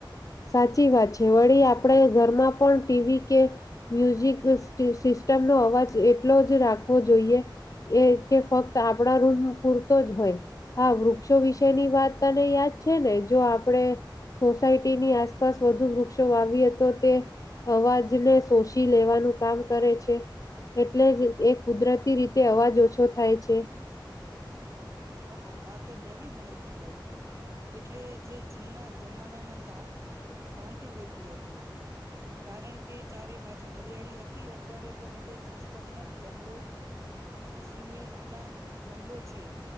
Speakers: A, on the left; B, on the right.
A: સાચી વાત છે વળી આપણે ઘરમાં પણ ટીવી કે મ્યુઝિક સ્ટ-સિસ્ટમનો અવાજ એટલો જ રાખવો જોઈએ એ કે ફક્ત આપણા રૂમ પૂરતો જ હોય. હા, વૃક્ષો વિશેની વાત તને યાદ છે ને જો આપણે સોસાયટી ની આસપાસ વધુ વૃક્ષો વાવી તો તે અવાજને શોષી લેવાનું કામ કરે છે એટલે જ એ કુદરતી રીતે અવાજ ઓછો થાય છે.
B: વાહ, આ તો નવી માહિ મળી એટલે જે જૂના જમાનાના શાંત-શાંતિ રહેતી હતી. કારણ કે ચારે બાજુ હરિયાળી રહેતી હતી અત્યારે તો બધે સિસ્ટમના જંગલો સિમેન્ટના જંગલો છે.